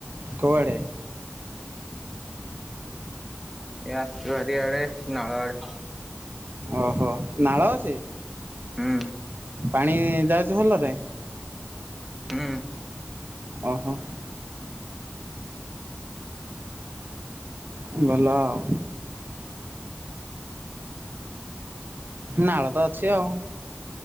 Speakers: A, on the right (about 55°); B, in the centre.
A: କୋଉ ଆଡ଼େ?
B: ଏ ଆସଚୁ ଭାରି ୟାଡେ ନାଳ ଆଡେ।
A: ଓହୋ ନାଳ ଅଛି?
B: ହୁଁ।
A: ପାଣି ଯାଉଚି ଭଲରେ?
B: ହୁଁ।
A: ଓହୋ। ହୁଁ ଭଲ ଆଉ। ନାଳ ତ ଅଛି ଆଉ